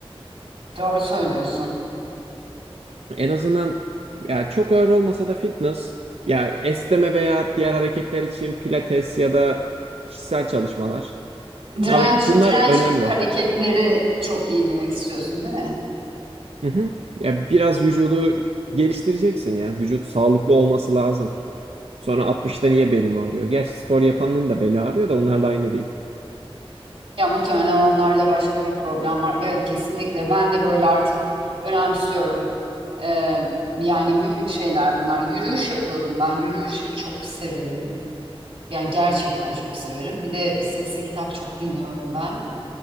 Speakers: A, on the right; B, on the right.
A: doğru söylüyorsun.
B: En azından ya çok ağır olmasa da fitness ya esneme veya diğer hareketler için pilates ya da kişisel çalışmalar.
A: Direnç,
B: Ha, bunlar
A: direnç
B: önemli.
A: hareketleri çok iyi demek istiyorsun, değil mi?
B: Hı hı. Ya biraz vücudu geliştireceksin ya. Vücut sağlıklı olması lazım. Sonra 60'ta niye belim ağrıyor? Gerçi spor yapanın da beli ağrıyor da onlarla aynı değil.
A: Ya muhtemelen onlarda başka bir problem var. Evet kesinlikle. Ben de böyle artık önemsiyorum. Ee, yani mühim şeyler bunlar. Yürüyüş yapıyordum ben. Yürüyüşü çok severim. Yani gerçekten çok severim. Bir de sesli kitap çok dinliyorum ben.